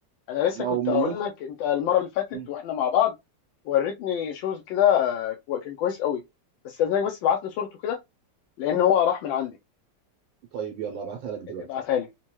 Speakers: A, on the left; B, on the right.
A: انا لسه
B: ما
A: كنت
B: هو مليون
A: هقول
B: ف-
A: لك انت المره اللي فاتت
B: مم.
A: واحنا مع بعض وريتني شوز كده كو- كان كويس قوي بس لازمك بس تبعت لي صورته كده لان هو راح من عندي
B: طيب يلا ابعتها لك دلوقتي
A: ابعتها لي